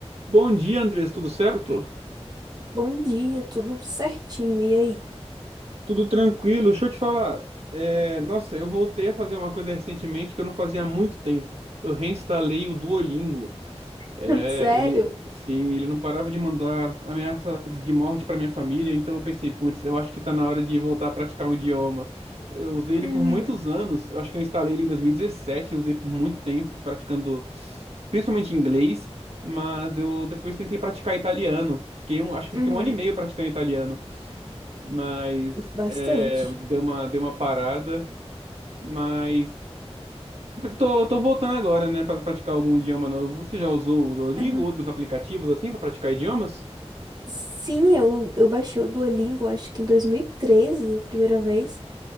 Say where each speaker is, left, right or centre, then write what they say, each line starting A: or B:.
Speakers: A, on the right; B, on the right.
A: Bom dia, Andrés, tudo certo?
B: Bom dia, tudo certinho. E aí?
A: Tudo tranquilo. Deixa eu te falar. é, Nossa, eu voltei a fazer uma coisa recentemente que eu não fazia há muito tempo. Eu reinstalei o Duolingo.
B: <laughs>
A: É,
B: Sério?
A: ele, sim, ele não parava de mandar ameaças de morte para minha família, então eu pensei, putz, eu acho que tá na hora de voltar a praticar um idioma. Eu usei ele
B: Uhum,
A: por muitos anos. Eu acho que eu instalei ele em dois mil e dezessete eu usei por muito tempo praticando principalmente inglês, mas eu depois tentei praticar italiano. Fiquei um, acho que
B: uhum.
A: eu fiquei um ano e meio praticando italiano. mas
B: Bastante.
A: é, deu uma, deu uma parada, mas tô, tô voltando agora, né, para praticar algum idioma novo. Você já usou o Duolingo,
B: Uhum.
A: outros aplicativos assim para praticar idiomas?
B: Sim, eu, eu baixei o Duolingo, acho que em 2013, a primeira vez.